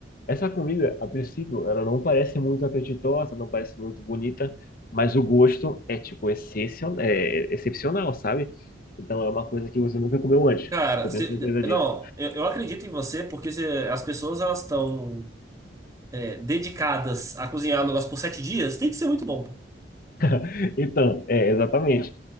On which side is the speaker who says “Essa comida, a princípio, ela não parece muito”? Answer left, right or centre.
Left